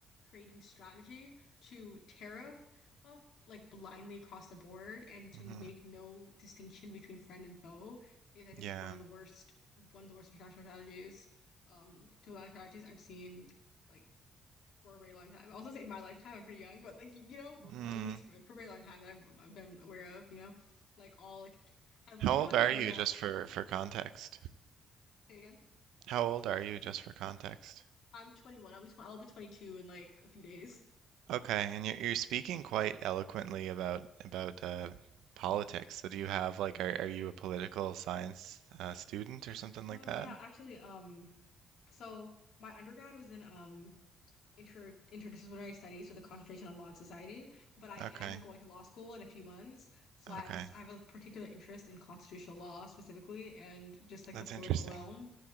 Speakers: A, on the left; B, on the right.
A: creating strategy to tariff of like blindly across the board and to
B: mm-hmm,
A: make no distinction between friend and foe is I think
B: Yeah.
A: one of the worst one of the worst international strategies, um, diplomatic strategies I've seen. Like for a very long time. I was gonna say in my lifetime, I'm pretty young, but like you know, um,
B: Mm.
A: at least for, for a very long time that I've, I've been aware of, you know, like all like I,
B: How
A: I do
B: old
A: want
B: are
A: you to know
B: you,
A: that.
B: just for for context?
A: Say it again.
B: How old are you, just for context?
A: I'm 21. I'll be tw I'll be 22 in like a few days.
B: Okay, and you're you're speaking quite eloquently about about uh, politics. So do you have like are are you a political science uh, student or something like
A: Oh
B: that?
A: yeah, actually, um, so my undergrad was in um inter interdisciplinary studies with a concentration on law and society, but I
B: Okay,
A: am going to law school in a few months, so I
B: okay,
A: have a s- I have a particular interest in constitutional law specifically and just like
B: that's
A: the political
B: interesting.
A: realm